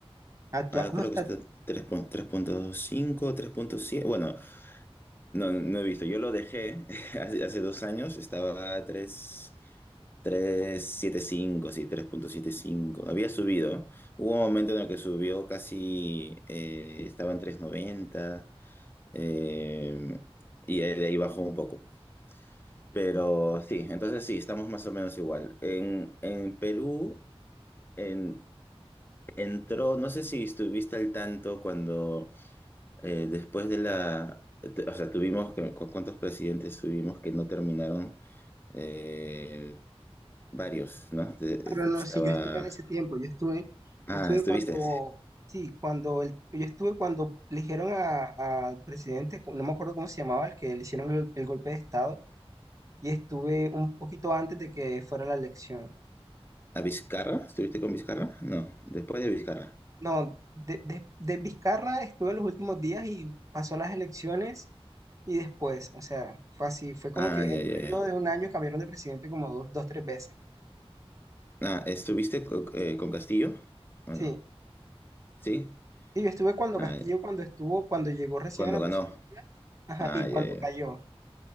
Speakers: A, on the right; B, on the left.
A: a- actua-
B: ahora
A: ¿cómo
B: creo
A: está?
B: que está 3 pun- tres punto 3.7. Bueno, no, no he visto. Yo lo dejé <laughs> hace, hace dos años, estaba a 3. 375, sí, tres punto setenta y cinco Había subido. ¿no? Hubo un momento en el que subió casi, eh, estaba en 3.90 eh, y ahí- de ahí bajó un poco. Pero sí, entonces sí, estamos más o menos igual. En, en Perú en- entró, no sé si estuviste al tanto cuando eh, después de la, te- o sea, tuvimos, que- ¿cu- ¿cuántos presidentes tuvimos que no terminaron? Eh, varios, ¿no? De- de-
A: Pero no,
B: Estaba...
A: si yo estuve en ese tiempo, yo estuve, yo
B: Ah,
A: estuve
B: estuviste.
A: cuando, sí, cuando, el- yo estuve cuando eligieron a- al presidente, no me acuerdo cómo se llamaba, el que le hicieron el, el golpe de estado, y estuve un poquito antes de que fuera la elección.
B: ¿A Vizcarra? ¿Estuviste con Vizcarra? No, después de Vizcarra.
A: No, de, de, de Vizcarra estuve en los últimos días y pasó las elecciones Y después, o sea, fue así, fue como
B: Ah,
A: que
B: ya,
A: en un
B: ya,
A: periodo
B: ya.
A: de un año cambiaron de presidente como dos, dos, tres veces.
B: Ah, ¿estuviste co- eh, con Castillo? ¿O
A: Sí,
B: no? ¿Sí?
A: y yo estuve cuando
B: Ah,
A: Castillo,
B: ya.
A: cuando estuvo, cuando llegó recién
B: Cuando
A: a la
B: ganó.
A: presidencia, ajá,
B: Ah,
A: y cuando
B: ya,
A: cayó.
B: ya.